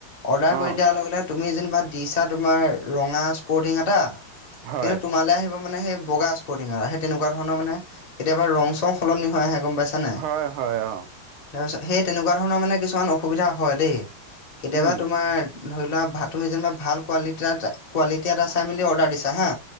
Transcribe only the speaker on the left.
অৰ্ডাৰ কৰি
দিয়া লগে-লগে, তুমি যেনিবা দিছা তোমাৰ ৰঙা স্পৰ্টিং এটা
কিন্তু তোমালৈ আহিব মানে সেই বগা তেনেকুৱ ধণৰ মানে, কেতিয়াবা ৰং-চং সলনি হৈ আহে, গম পাইছা? নাই?
তাৰপিছত সেই তেনেকুৱা ধৰণৰ মানে কিছুমান অসুবিধা হয় দেই, কেতিয়াবা
তোমাৰ ধৰি লোৱা তুমি যেনিবা ভাল কোৱালিটি এটা কোৱালিটি এটা চাই মেলি অৰ্ডাৰ দিছা হা।